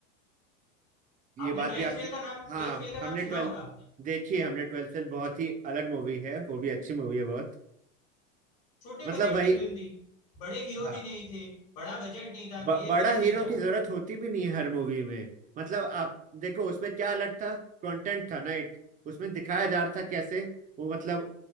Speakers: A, on the right; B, on the left.
A: ये
B: आपने
A: बात
B: ट्वेल्थ
A: भी आपकी
B: फेल का नाम
A: हाँ
B: ट्वेल्थ फेल का नाम
A: हमने ट्वेल्थ
B: सुना होगा आपने
A: देखी है हमने ट्वेल्थ फेल बहुत ही अलग मूवी है वो भी अच्छी मूवी है बहुत
B: छोटे
A: मतलब
B: बजट
A: वही
B: की फिल्म थी बड़े हीरो
A: हाँ
B: भी नहीं थे बड़ा बजट नहीं था
A: ब,
B: वीएफएक्स
A: बड़ा हीरो
B: नहीं था
A: की जरूरत होती भी नहीं है हर मूवी में मतलब आप देखो उसमें क्या अलग था कंटेंट था ना एक उसमें दिखाया जा रहा था कैसे वो मतलब